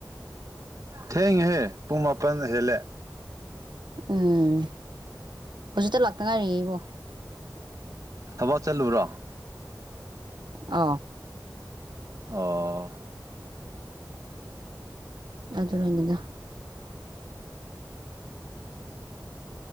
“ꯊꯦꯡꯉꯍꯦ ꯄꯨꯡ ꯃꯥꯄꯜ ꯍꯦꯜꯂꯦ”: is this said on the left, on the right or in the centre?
Right